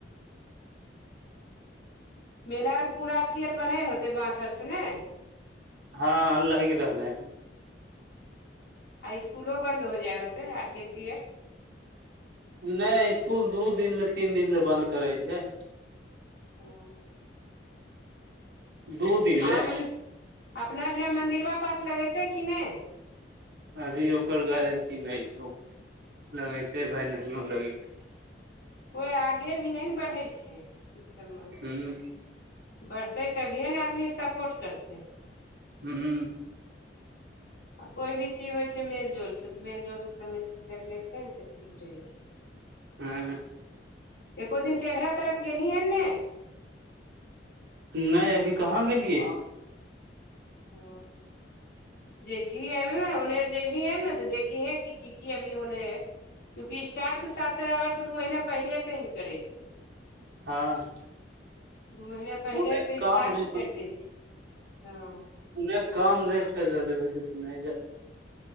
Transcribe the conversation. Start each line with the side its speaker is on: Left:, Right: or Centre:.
Left: ह मेला आरके पूरा अथी आर बनै होतै बाँस आर से ने
Right: हँ लएके ले
Left: आ स्कुलो बन्द हो जाय होते आर के सी आर
Right: नहि इसकुल दू दिन ले तीन दिन ले बंन्द करै छै
Left: ओ
Right: दू दिन ले
Left: आ अप अपना भिड़ा मन्दिरबा पास लगेतै कि नहि
Right: अभी ओकर गारंटी नहि छौ लगेते भााय नहियो लगेते
Left: कोइ आगे भी नहि ने बढ़ै छै ओ सभमे
Right: ह
Left: बढ़तै तभियए ने आदमी सपोर्ट करतै
Right: हू हू
Left: आ कोई भी चीज होइ छै मेल जोल से मेल जोल से सब मिलके करि ले छै ने तऽ ठीक रहै छै
Right: हूँ
Left: एको दिन तेघड़ा तरफ गेली हन ने
Right: नहि अभी कहाँ गेलियै
Left: ओ जथीए आल ने उने आर जबही आल ने तऽ देखी हैं क की की अभी होले हैं क्यूकि स्टार्ट तऽ सात हजार वर्ष दू महीना पहिले से ही करै छै
Right: हँ
Left: दू महीना पहिलेसँ
Right: ओन्ने काम
Left: स्टार्ट
Right: नहि
Left: करि दै छै हँ
Right: ओन्ने काम नहि छै हो नहि